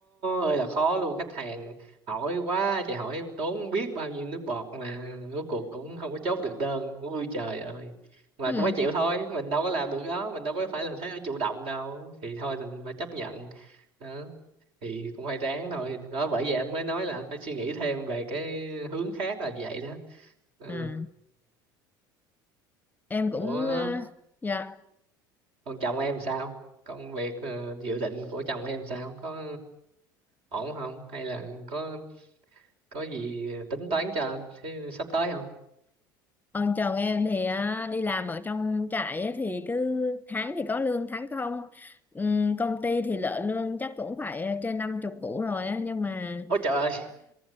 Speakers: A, on the right; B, on the left.
A: ơi là khó luôn khách hàng hỏi quá chị hỏi tốn biết bao nhiêu nước bọt mà rốt cuộc cũng không có chốt được đơn ui trời ơi mà
B: ừ.
A: cũng phải chịu thôi mình đâu có làm được đó mình đâu có phải là thế ở chủ động đâu thì thôi mình phải chấp nhận đó thì cũng phải ráng thôi đó bởi vậy anh mới nói là anh phải suy nghĩ thêm về cái hướng khác là vậy đó ừ.
B: Ừ. em
A: Ủa
B: cũng ờ, dạ
A: Còn chồng em sao? Công việc ờ, dự định của chồng em sao? Có ổn không? Hay là có có gì tính toán cho thế sắp tới không?
B: Ông chồng em thì á, đi làm ở trong trại ấy, thì cứ tháng thì có lương tháng không Ừm, công ty thì lợi lương chắc cũng phải trên năm chục củ rồi á nhưng mà
A: Ôi trời ơi!